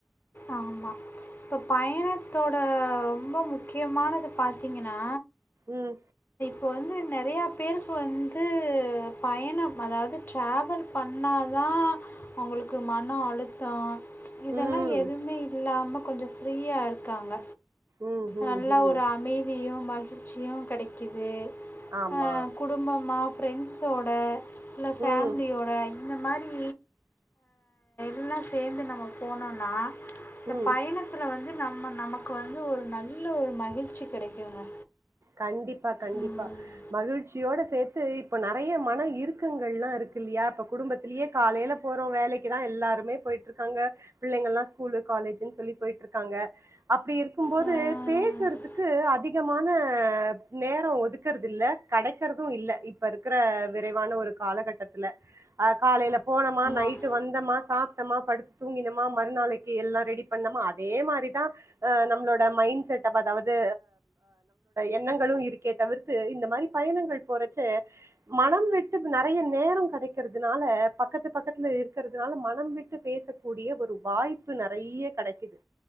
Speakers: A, on the left; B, on the right.
A: ஆமா இப்ப பைய ணத்தோட ரொம்ப முக்கியமானது பாத்தீங்கன்னா
B: உம்
A: இப்போ வந்து நிறையா பேருக்கு வந்து பயணம் அதாவது டிரவல் பண்ணா தான் அவங்களுக்கு மனம் அளுத்தோம் இதெல்லாம்
B: ம்
A: எ இல்லாம கொஞ்சம் ஃப்ரீயா இருக்காங்க
B: ம் ம்
A: நல்ல
B: ம்
A: ஒரு அமைதியும் ம மகிழ்ச்சியும் கிடைக்கிது
B: ஆமா
A: அஹ் குடும்பமா ஃப்ரெண்ட்ஸோட இல்ல ஃபேமிலியோட
B: ம்
A: இந்த மாரி எல்லாம் சேந்து நம்ம போனோன்னா இந்த
B: ம்
A: பயணத்துல வந்து நம்ம நமக்கு வந்து ஒரு நல்ல ஒரு மகிழ்ச்சி கெடைக்குங்க
B: கண்டிப்பா கண்டிப்பா
A: ம்.
B: மகிழ்ச்சியோட சேர்த்து இப்ப நிறைய மன இருறுக்கங்கள் எல்லாம் இருக்கு இல்லையா இப்ப குடும்பத்திலயே காலையில போறோம் வேலைக்குதான் எல்லாருமே போயிட்டு இருக்காங்க பிள்ளைங்கள் எல்லாம் ஸ்கூலு காலேஜுன்னு சொல்லி போயிட்டு இருக்காங்க அப்படி இருக்கும்போது
A: ஆமாம்
B: பேசுறதுக்கு அதிக மான அஹ் நேரம் ஒதுக்கறது இல்ல கிடைக்கறதும் இல்ல இப்ப இருக்கிற விரைவான ஒரு காலகட்டத்துல காலையில போனமா நைட்டு
A: ஆமாம்
B: வந்தோமா சாப்ப படுத்து தூங்கினமா மறுநாளைக்கு எல்லாம் ரெடி பண்ண அதே மாதிரிதான் நம்மளோட மைண்ட செட் அதாவது எண்ணங்களும் இருக்க தவிர்த்து இந்த மாதிரி பயணங்கள் போறச்சு மனம் விட்டு நிறைய நேரம் கிடைக்கிறதுனால பக்கத்து பக்கத்துல இருக்கிறதுனால மனம் விட்டு பேசக்கூடிய ஒரு வாய்ப்பு நிறைய கிடைக்குது